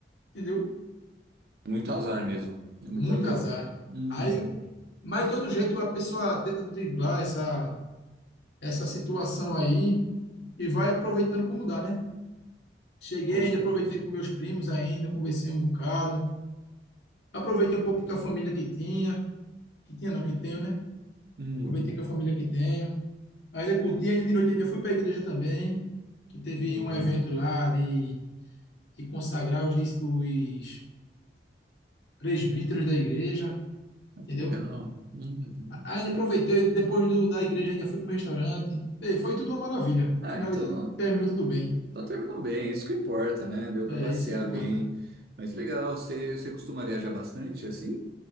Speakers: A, on the left; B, on the right.
A: entendeu?
B: muito azar mesmo. É muito
A: Muito
B: azar.
A: azar.
B: Uhum.
A: Aí, eu- mas de todo jeito a pessoa tenta driblar essa, essa situação aí e vai aproveitando como dá, né? Cheguei
B: Com
A: ainda,
B: certeza.
A: aproveitei com meus primos ainda, conversei um bocado. Aproveitei um pouco com a família que tinha, que tinha não, que tenho, né?
B: Uhum.
A: Aproveitei com a família que tenho. Ainda curti, ainda de noite ainda fui para a igreja também, que teve
B: Boa.
A: um evento lá de, de consagrar os, dis- os presbíteros da igreja,
B: Ah,
A: entendeu?
B: Que legal. Uhum.
A: A- Ainda aproveitei, depois do, da igreja ainda fui para o restaurante. Ei, foi tudo uma maravilha.
B: Ah,
A: Finali-
B: então,
A: terminou tudo bem.
B: então terminou bem. Isso que importa, né? Deu para
A: É
B: passear
A: isso é que importa.
B: bem. Mas legal, você, você costuma viajar bastante assim?